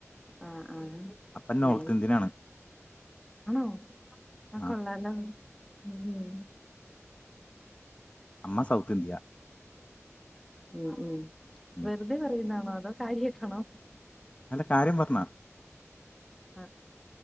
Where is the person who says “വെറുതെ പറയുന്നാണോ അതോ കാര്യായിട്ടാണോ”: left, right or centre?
Centre